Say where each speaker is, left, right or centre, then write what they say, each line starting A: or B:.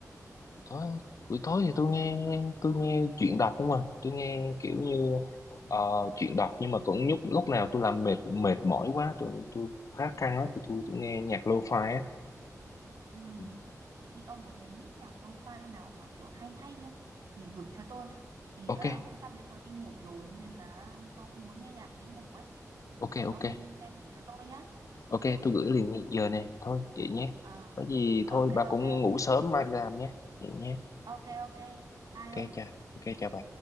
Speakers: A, on the left (about 60°); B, on the right (about 75°).
A: tối buổi tối thì tôi nghe tôi nghe chuyện đọc không à tôi nghe kiểu như ờ, chuyện đọc nhưng mà cũng lúc lúc nào tôi làm mệt mệt mỏi quá tôi tôi khá căng á thì tôi chỉ nghe nhạc lo-fi á
B: Ừ.
A: Ừ.
B: Thế thì ông có cái list nhạc lo-fi nào mà kiểu hay hay không? Thì gửi cho tôi với. Thì
A: ok
B: à, cũng sắp đến giờ đi ngủ rồi cho nên là tôi cũng muốn nghe nhạc đi ngủ ấy. Thì
A: ok ok
B: ông xem gửi cho tôi nhá.
A: ok tôi gửi liền ngay giờ này thôi vậy nhé
B: À,
A: có gì thôi
B: ok
A: bà cũng
B: ok
A: ngủ sớm mai đi làm nhé vậy nhé
B: ok ok. Bye
A: ok
B: ông.
A: chào ok chào bà